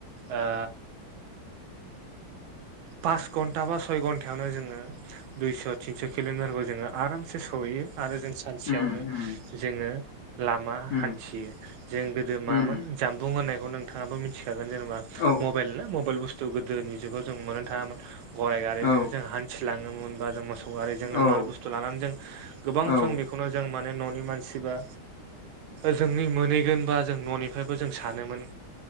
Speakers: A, on the right; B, on the left.
A: ओ पास घन्टा बा सय घन्टायावनो जोङो दुइस थिनस किलमिटारखौ जोङो आरामसे सहैयो आरो जों सानसेयावनो
B: उम उम
A: जोङो लामा
B: उम
A: हान्थियो जों गोदो मामोन
B: उम
A: जानबुं होननायखौ नोंथाङाबो मिथिखागोन जेनेबा
B: औ
A: मबाइल ना मबाइल बुस्थु गोदोनि जुगाव जों मोन थाङामोन गराय गारिजों
B: औ
A: जों हान्थिलाङोमोना जों मोसौ गारि जजोंनो
B: औ
A: माल बुस्थु लानानै जों गोबां
B: औ
A: सम बेखौनो जों माने न'नि मानसिबा जोंनि मोनहैगोन बा जों न'निफ्रायबो जों सानोमोन